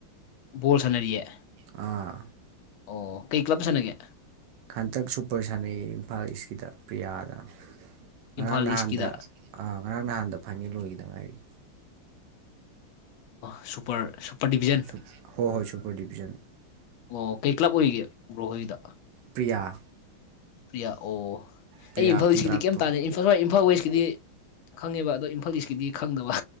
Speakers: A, on the left (about 75°); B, on the right (about 70°).
A: ꯣꯜ ꯁꯟꯅꯔꯤꯌꯦ
B: ꯑꯥ
A: ꯑꯣ ꯀꯩ ꯀ꯭ꯂꯕ ꯁꯥꯟꯅꯒꯦ
B: ꯍꯟꯇꯛ ꯁꯨꯄꯔ ꯁꯥꯟꯅꯩ ꯏꯝꯐꯥꯜ ꯏꯁꯀꯤꯗ ꯄ꯭ꯔꯤꯌꯥꯗ ꯉꯔꯥꯡ
A: ꯏꯝꯐꯥꯜ
B: ꯅꯍꯥꯟꯗ
A: ꯏꯁꯀꯤꯗ
B: ꯑ ꯉꯔꯥꯡ ꯅꯍꯥꯟꯗ ꯐꯥꯏꯅꯦꯜ ꯑꯣꯏꯈꯤꯗ ꯉꯥꯏꯔꯤ
A: ꯁꯨꯄꯔ ꯗꯤꯕꯤꯖꯟ
B: ꯁ ꯍꯣꯏ ꯍꯣꯏ ꯁꯨꯄꯔ ꯗꯤꯕꯤꯖꯟ
A: ꯑꯣ ꯀꯩ ꯀ꯭ꯂꯕ ꯑꯣꯏꯒꯦ ꯕ꯭ꯔꯣꯍꯣꯏꯗ
B: ꯄ꯭ꯔꯤꯌꯥ
A: ꯄ꯭ꯔꯤꯌꯥ ꯑꯣ
B: ꯄ꯭ꯔꯤꯌꯥ
A: ꯑꯩ ꯏꯝꯐꯥꯜꯀꯤꯗꯤ
B: ꯈꯨꯟꯗ꯭ꯔꯥꯛꯄꯝ
A: ꯀꯩꯝ ꯇꯥꯟꯗꯩ ꯇꯁꯏ ꯏꯝꯐꯥꯜ ꯋꯦꯁꯀꯤꯗꯤ ꯈꯪꯉꯦꯕ ꯑꯗꯣ ꯏꯝꯐꯥꯜ ꯏꯁꯀꯤꯗꯤ ꯈꯪꯗꯕ